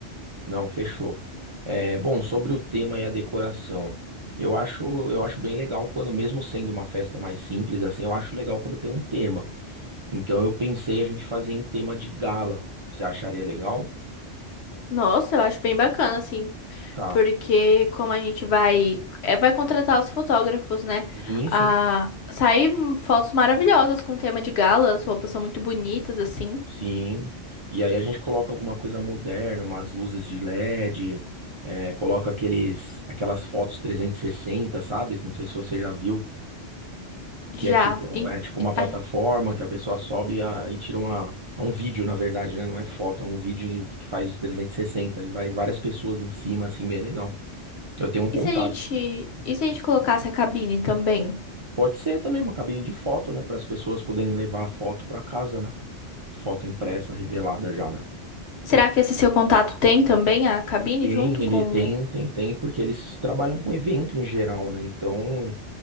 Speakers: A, on the right; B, on the left.
A: Não, fechou. É, bom, sobre o tema e a decoração, eu acho, eu acho bem legal quando, mesmo sendo uma festa mais simples, assim, eu acho legal quando tem um tema. Então eu pensei a gente fazer em tema de gala. Você acharia legal?
B: Nossa, eu acho bem bacana, assim,
A: Tá.
B: porque como a gente vai, é, vai contratar os fotógrafos, né?
A: Sim, sim,
B: Ah,
A: sim.
B: sair fotos maravilhosas com tema de gala, as roupas são muito bonitas, assim.
A: Sim. E aí a gente coloca alguma coisa moderna, umas luzes de LED, é, coloca aqueles, aquelas fotos 360, sabe? Não sei se você já viu. Que
B: Já.
A: é tipo,
B: E,
A: é tipo uma plataforma
B: a-
A: que a pessoa sobe a- e tira uma, é um vídeo, na verdade, né? Não é foto, é um vídeo que faz de 360 e vai várias pessoas em cima, assim, bem legal. Eu tenho um contato.
B: e se a gente, e se a gente colocasse a cabine também?
A: Pode ser também uma cabine de foto, né? Para as pessoas poderem levar a foto para casa, né? Foto impressa, revelada já, né?
B: Será que esse seu contato tem também a cabine
A: Tem,
B: junto
A: ele
B: com.
A: tem, tem, tem, porque eles trabalham com evento em geral, né? Então,